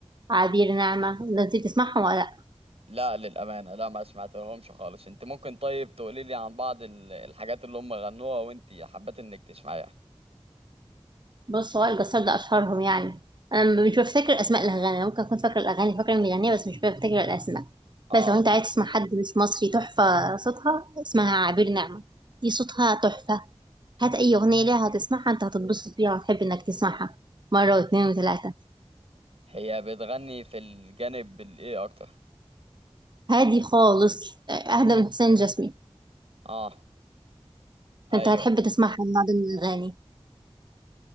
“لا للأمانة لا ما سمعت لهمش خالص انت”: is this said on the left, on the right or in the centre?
Right